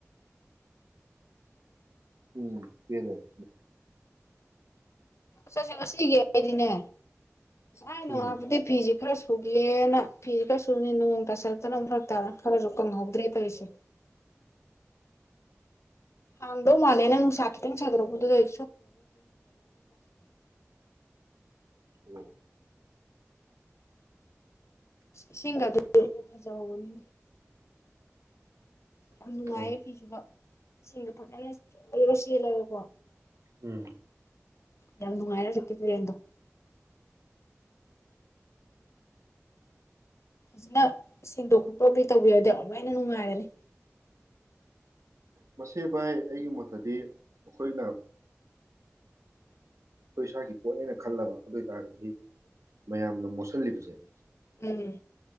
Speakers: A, on the right; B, on the left.
A: ꯎꯝ ꯁꯤꯗ
B: ꯆ ꯆꯠꯁ ꯉꯁꯤꯒꯦ ꯍꯥꯏꯗꯤꯅꯦ ꯥꯏꯅꯅꯨꯡꯗꯤ
A: ꯎꯝ
B: ꯐꯤꯖꯤ ꯈꯔ ꯁꯨꯒꯦꯅ ꯐꯤꯁꯦ ꯈꯔ ꯁꯨꯅꯤ ꯅꯣꯡ ꯇꯥꯁꯂꯛꯇꯅ ꯐ ꯇꯥꯗꯅ ꯈꯔꯁꯨ ꯀꯪꯍꯧꯗ꯭ꯔꯦ ꯇꯧꯔꯤꯁꯦ ꯍꯥꯡꯗꯣ ꯃꯥꯂꯦꯅ ꯅꯨꯡꯁꯥ ꯈꯤꯇꯪ ꯁꯥꯗꯣꯔꯛꯄꯗꯨꯗ <inaudible>
A: ꯎꯝ
B: ꯏꯁꯤꯡꯒ ꯑꯗꯨ ꯐꯖꯍꯧꯕꯅꯤ ꯌꯥꯝ ꯅꯨꯡꯉꯥꯏꯌꯦ
A: ꯍꯣꯏ
B: ꯐꯤꯁꯨꯕ ꯏꯁꯤꯡꯗ ꯐꯖꯅꯔ ꯆꯦꯜꯂꯒꯀꯣ
A: ꯎꯝ
B: ꯌꯥꯝ ꯅꯨꯡꯉꯥꯏꯔ ꯆꯇꯛꯇꯦꯦꯟꯗꯣ ꯐꯖꯅ ꯁꯦꯡꯗꯣꯛ ꯈꯣꯠꯇꯣꯛꯗꯤ ꯇꯧꯕꯤꯔꯗꯤ ꯑꯃꯨꯛꯥꯏꯅ ꯅꯨꯡꯉꯥꯏꯔꯅꯤ
A: ꯃꯁꯦ ꯥꯏ ꯑꯩꯒꯤ ꯃꯣꯠꯇꯗꯤ ꯑꯩꯈꯣꯏꯅ ꯑꯩꯈꯣꯏ ꯏꯁꯥꯒꯤ ꯄꯣꯠꯅꯦꯅ ꯈꯜꯂꯕ ꯑꯗꯨ ꯑꯣꯏꯇꯥꯔꯒꯗꯤ ꯃꯌꯥꯝꯅ ꯃꯣꯠꯁꯤꯜꯂꯤꯕꯁꯦ
B: ꯎꯝ